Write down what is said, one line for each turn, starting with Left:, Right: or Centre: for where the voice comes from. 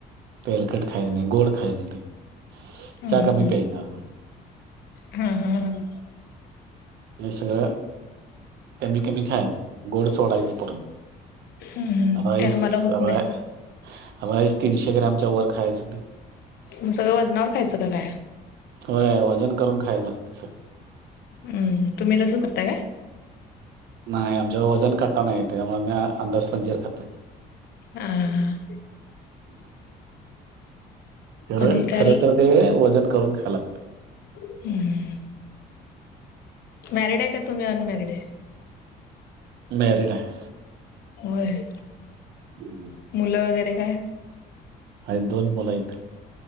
Right: तेलकट खायाचं नाही गोड खायाचं नाही.
Left: हम्म
Right: चहा
Left: हम्म
Right: कमी प्यायचा.
Left: हम्म हा हा हा
Right: हे सगळं कमी-कमी खायचं गोड सोडायचं पूर्ण
Left: हम्म हम्म
Right: राईस
Left: ते आम्हाला होत
Right: राई
Left: नाही.
Right: राईस तीनशे ग्रॅमच्या वर खायचं नाही.
Left: मग सगळं वजनावर खायचं का काय?
Right: होय वजन करून खायला लागतंय सगळं
Left: हम्म, तुम्ही तसं करता होय.
Right: नाय आमच्यात वजन काटा नाही त्यामुळे आम्ही आ अंदाजपंचे खातोय.
Left: हम्म
Right: <unintelligible> खरं-खरं
Left: आणि काय
Right: तर ते वजन करून खायला लागतंय.
Left: हम्म मॅरीड आहे का तुम्ही अनमॅरिड आहे?
Right: मॅरिड आहे.
Left: होय.
Right: हम्म हम्म
Left: मुलं वगैरे काय?
Right: आहेत दोन मुलं आहेत.